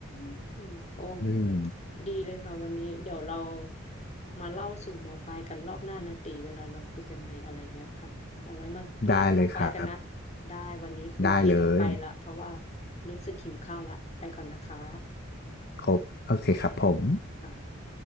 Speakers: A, on the left; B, on the left.
A: มโอ้
B: อืม
A: ดีเลยค่ะวันนี้เดี๋ยวเรามาเล่าสู่มอปลายกันรอบหน้านะตีเวลาเราคุยกันใหม่อะไรเงี้ยค่ะเอาไว้มาเล่ามอปลายกันนะ
B: ได้เลยครับ
A: ได้วันนี้คือพี่ต้องไปละเพราะว่า
B: ได้เลย
A: รู้สึกหิวข้าวละไปก่อนนะคะ
B: ครบโอเคครับผม
A: ค่ะ